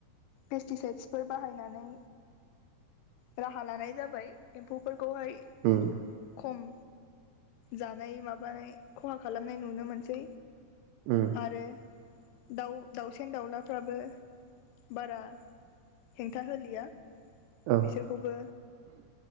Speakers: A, on the left; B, on the right.
A: पेस्टिसाइदसफोर बाहायनानै राहा लानाय जाबाय एम्फौफोर खौहाय
B: उम
A: खम जानाय माबानाय खहा खालामनाय नुनो मोनसै
B: उम
A: आरो दाउ दाउसेन दाउलाफ्राबो बारा हेंथा होलिया
B: औ
A: बिसोरखौबो